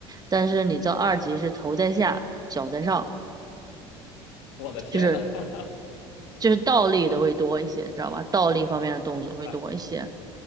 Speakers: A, on the right (about 25°); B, on the left (about 80°).
A: 但是你到二级是头在下，脚在上，
B: <laughs> 我的天呐！
A: 就是
B: <laughs>
A: 就是倒立的会多一些，你知道吧？倒立方面的动作会多一些。
B: 啊